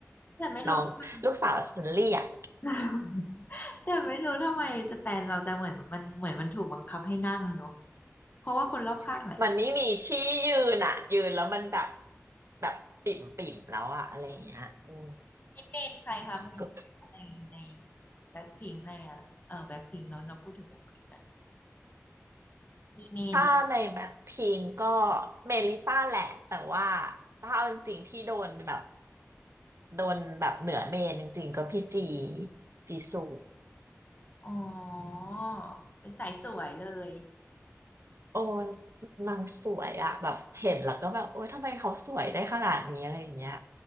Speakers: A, on the left; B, on the right.
A: แต่ไม่รู้ทำไม
B: น้องลูกสาวฉันเรียก
A: <laughs> แต่ไม่รู้ทำไมสแตนเราจะเหมือนมันเหมือนมันถูกบังคับให้นั่งเนาะเพราะว่าคนรอบข้างแหละ
B: <laughs> มันไม่มีที่ยืนอ่ะยืนแล้วมันแบบแบบปิ่มปิ่มแล้วอะอะไรอย่างเงี้ยอืม
A: นี่เมนใครคะเมนใครคะในใน
B: ก็
A: แบ็คพิงในอ่ะเออแบ็คพิงเนาะเราพูดถึงแบ็คพิงกันมีเมน
B: ถ้าในแบ็คพิงก็เมลิซ่าแหละแต่ว่าถ้าเอาจริงๆที่โดนแบบโดนแบบเหนือเมนจริงๆก็พี่จีจีซู
A: อ๋อเป็นสายสวยเลย
B: โอ้นางสวยอะแบบเห็นแล้วก็แบบโอ๊ยทำไมเขาสวยได้ขนาดนี้อะไรอย่างเงี้ย